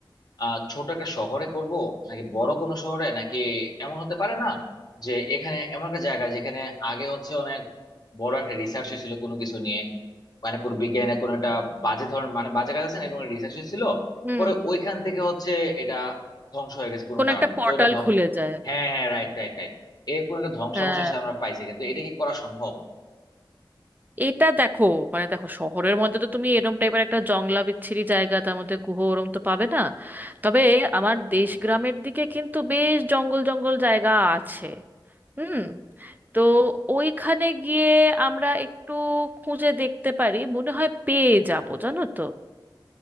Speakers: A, on the left (about 50°); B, on the right (about 20°).
A: আহ ছোট একটা শহরে করব নাকি বড় কোনো শহরে নাকি এমন হতে পারে না যে এখানে এমন একটা জায়গা যেখানে আগে হচ্ছে অনেক বড় একটা রিসার্চ হয়েছিল কোনো কিছু নিয়ে মানে কোনো বিজ্ঞানের কোনো একটা বাজে ধরনের মানে বাজে কাজ আছে না এরকম রিসার্চ হয়েছিল
B: হুম
A: পরে
B: হুম।
A: ওইখান থেকে হচ্ছে এটা ধ্বংস হয়ে গেছে কোনো
B: কোন
A: কারণে
B: একটা পোর্টাল
A: তো এটা ধ্বংস
B: খুলে যায়
A: হ্যাঁ হ্যাঁ রাইট রাইট রাইট এর কোনো একটা ধ্বংসাবশেষ
B: হ্যাঁ
A: আমরা পাইছি কিন্তু এটা কি করা সম্ভব
B: এটা দেখো মানে দেখো শহরের মধ্যে তো তুমি এরম টাইপের একটা জংলা বিচ্ছিরি জায়গা তার মধ্যে গুহ ওরম তো পাবে না তবে আমার দেশ গ্রামের দিকে কিন্তু বেশ জঙ্গল জঙ্গল জায়গা আছে হুম তো ওইখানে গিয়ে আমরা একটু খুঁজে দেখতে পারি মনে হয় পেয়ে যাব জানো তো